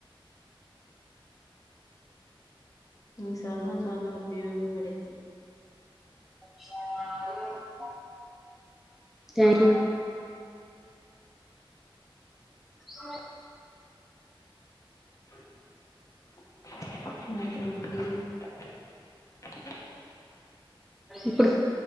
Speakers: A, on the left; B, in the centre.
A: ఈ సలహా చాలా ఉపయోగపడింది
B: సారం థ్యాంక్ యూ అ
A: డోర్ సౌండ్ మొత్తానికి
B: ఇప్పుడు